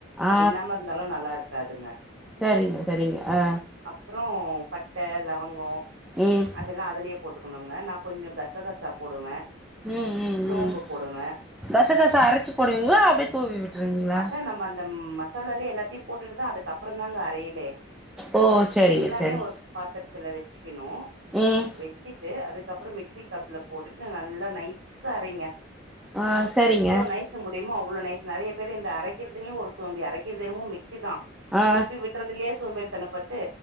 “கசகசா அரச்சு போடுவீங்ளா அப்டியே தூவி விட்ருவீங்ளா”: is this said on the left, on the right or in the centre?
Centre